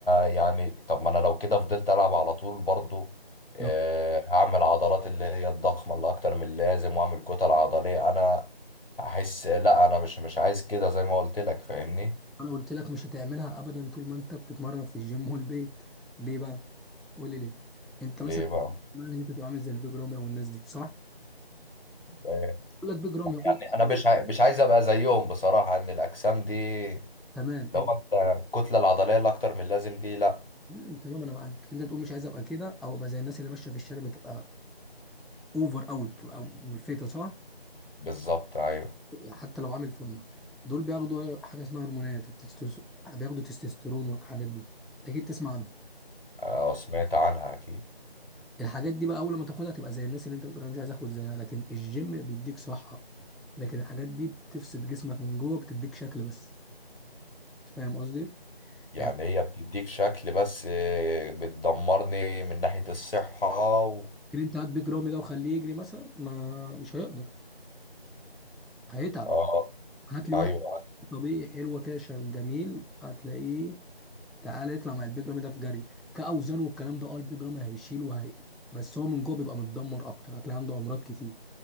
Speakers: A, on the left (about 65°); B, in the centre.
A: يعني طب ما انا لو كده فضلت العب على طول برضو آه،
B: لو
A: هعمل عضلات اللي هي الضخمة اللي اكتر من اللازم واعمل كتل عضلية انا احس لا انا مش مش عايز كده زي ما قلت لك فاهمني
B: انا قلت لك مش هتعملها ابدا طول ما انت بتتمرن في الجيم والبيت ليه بقى قول لي ليه انت
A: ليه
B: مثلا
A: بقى
B: ما انت تبقى عامل زي البيج رامي او الناس دي صح
A: آه،
B: يقول لك بيج رامي يقول
A: يعني
B: لك
A: انا مش عاي... مش عايز ابقى زيهم بصراحه ان الاجسام دي
B: تمام
A: لو
B: انت
A: انت الكتله العضليه اللي اكتر من اللازم دي لا
B: تمام تمام، انا معاك انت بتقول مش عايز ابقى كده او ابقى زي الناس اللي ماشيه في الشارع بتبقى اوفر قوي بتبقى ملفته صح
A: بالظبط ايوه
B: حتى لو عامل فورمه دول بياخدوا حاجه اسمها هرمونات التستوس- بياخدوا تستوستيرون والحاجات دي اكيد تسمع عنها
A: آه، سمعت عنها اكيد
B: الحاجات دي بقى اول ما تاخدها تبقى زي الناس اللي انت بتقول انا مش عايز اخد زيها لكن الجيم بيديك صحة لكن الحاجات دي بتفسد جسمك من جوه بتديك شكل بس أنت فاهم قصدي
A: يعني
B: يعني
A: هي بتديك شكل بس آه، بتدمرني من ناحيه الصحه و...
B: ممكن انت هات بيج رامي ده وخليه يجري مثلا ما مش هيقدر هيتعب
A: اه
B: هات لي
A: ايوه
B: واحد
A: أيوة،
B: طبيعي حلوة كده شغ- جميل هتلاقيه تعالى يطلع مع البيج رامي ده في جري كأوزان والكلام ده اه البيج رامي هيشيل وهي بس هو من جوه بيبقى متدمر اكتر هتلاقي عنده امراض كتير